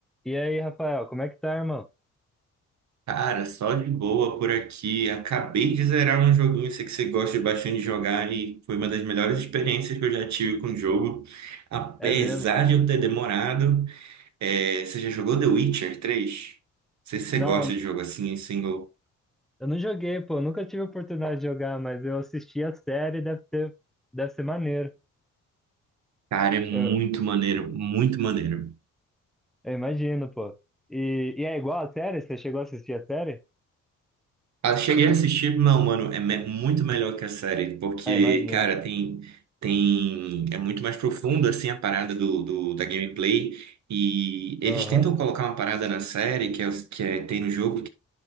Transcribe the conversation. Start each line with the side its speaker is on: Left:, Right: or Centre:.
Centre: E aí, Rafael, como é que tá, irmão?
Right: Cara, só de boa por aqui. Acabei de zerar um joguinho, sei que você gosta bastante de jogar e foi uma das melhores experiências que eu já tive com o jogo. Apesar
Centre: É mesmo?
Right: de eu ter demorado, é, você já jogou The Witcher 3? Não sei se você
Centre: Não,
Right: gosta de jogo assim, em single.
Centre: eu não joguei, pô, nunca tive oportunidade de jogar, mas eu assisti a série, deve ser, deve ser maneiro.
Right: Cara, é muito
Centre: Eu,
Right: maneiro, muito maneiro.
Centre: eu imagino, pô. E, e é igual a série? Você chegou a assistir a série?
Right: Ah, eu cheguei
Centre: Ou-
Right: a assistir, não, mano, é me- muito melhor que a série, porque,
Centre: Ah, imagino.
Right: cara, tem, tem, é muito mais profundo assim, a parada do, do- da gameplay, e eles
Centre: Aham.
Right: tentam colocar uma parada na série, que é, os- que é- tem no jogo,